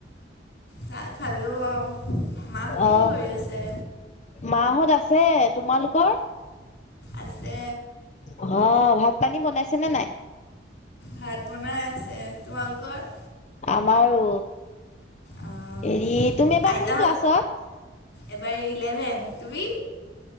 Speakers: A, on the left; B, on the left.
A: চাহ খালোঁ অ মাহঁতে
B: অহ
A: কি কৰি আছে?
B: মাঁহত আছে তোমালোকৰ?
A: আছে
B: হ ভাত-পানী বনাইছেনে নাই?
A: ভাত বনাই আছে তোমালোকৰ?
B: আমাৰো
A: অ',
B: হেই তুমি এবাৰ
A: আইতাহঁত
B: কোন ক্লাছত?
A: এবাৰ ইলেভেন, তুমি?